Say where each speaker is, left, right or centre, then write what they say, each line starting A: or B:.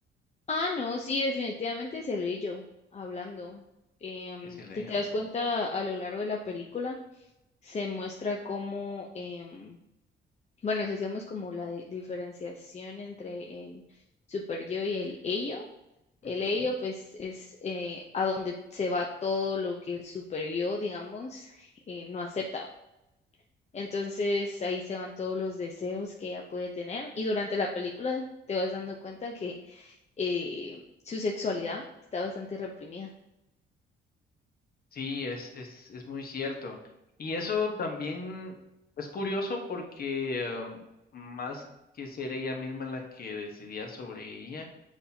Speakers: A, on the left; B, on the left.
A: Ah, no, sí, definitivamente es el ello hablando. Em,
B: Es el ello,
A: si te das
B: ¿verdad?
A: cuenta, a lo largo de la película se muestra cómo... em, Bueno, si hacemos como la di- diferenciación entre el super yo y el ello, el
B: Ujú.
A: ello pues es eh, a donde se va todo lo que el super yo, digamos, <laughs> eh, no acepta. Entonces ahí se van todos los deseos que ella puede tener y durante la película te vas dando cuenta que eh, su sexualidad está bastante reprimida.
B: Sí, es, es, es muy cierto. Y eso también es curioso porque ah, más que ser ella misma la que decidía sobre ella,